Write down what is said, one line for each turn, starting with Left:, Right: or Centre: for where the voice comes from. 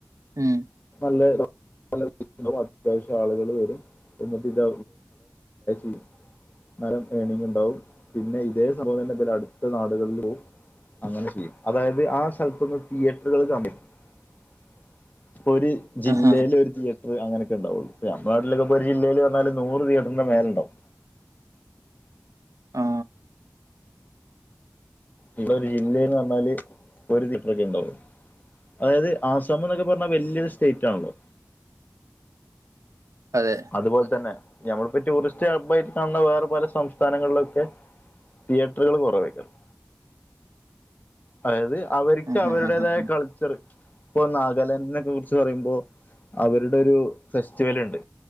Right: ഉം
Left: നല്ല <unintelligible> അത്യാവശ്യം ആളുകള് വരും എന്നിട്ട് ഇത് <unintelligible> <unintelligible> നല്ലം ഏർണിങ്ങുണ്ടാവും പിന്നെ ഇതേ സംഭംതന്നെ <unintelligible> അടുത്ത നാടുകളിലും പോവും അങ്ങനെ ചെയ്യും അതായത് ആ സ്ഥലത്തൊന്ന് തിയേറ്ററുകൾ <unintelligible> <unintelligible> ഒരു ജില്ലേലൊരു
Right: ആഹാ.
Left: തിയറ്റർ അങ്ങനേക്കെണ്ടാവുള്ളൂ പ്പ നമ്മുടെ നാട്ടിലൊക്കെ ഒരു ജിലേല്ല് വന്നാല് നൂറ് തിയേറ്റ്റിന്റെ മേലെണ്ടാവും
Right: ആ.
Left: ഇവിടെ ഒരു ജില്ലേന്നറഞ്ഞാല് ഒരു തീയേറ്ററൊക്കെണ്ടാവു അതായത് ആസാമെന്നൊക്കെ പറഞ്ഞാൽ വല്യൊരു സ്റ്റേറ്റ് ആണല്ലോ
Right: അതെ
Left: അതുപോല്തന്നെ ഞമ്മളിപ്പോ ടൂറിസ്റ്റ് ഹബ്ബായിട്ട് കാണുന്ന വേറെ പല സംസ്ഥാനങ്ങളിലൊക്കെ തിയേറ്ററുകള് കൊറവേ <unintelligible> അതായത് അവര്ക്ക്
Right: ഉം,
Left: അവരുടേതായ
Right: ഉം, ഉം, ഉം, ഉം.
Left: കൾച്ചറ് ഇപ്പൊ നാഗാലാൻഡിനെക്കെ കുറിച്ച് പറയുമ്പോ അവരുടെ ഒരു ഫെസ്റ്റിവല്ണ്ട്